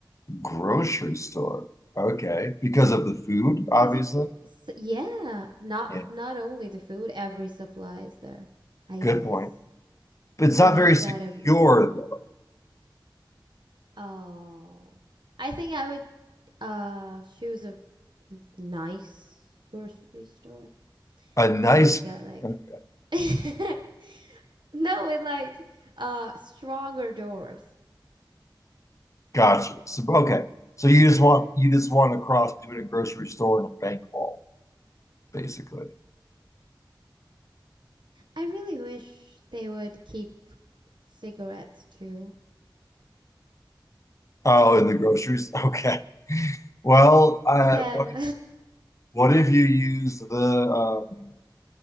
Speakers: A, on the left; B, on the right.
A: grocery store. Okay. Because of the food, obviously.
B: Cause it, s- yeah, not
A: Yeah,
B: not only the food, every supply is there. I
A: good
B: guess.
A: point. But it's
B: You
A: not
B: know,
A: very
B: it's
A: secure,
B: got everything.
A: though.
B: Oh, I think I would uh choose a nice grocery store
A: A nice,
B: that has got like
A: okay.
B: <laughs> no, with like uh stronger doors.
A: Gotcha. So, okay. So you just want you just want to cross between a grocery store and a bank vault, basically.
B: I really wish they would keep cigarettes too,
A: Oh, in the groceries? Okay. <laughs> Well, uh,
B: but then
A: what if, what if you use the um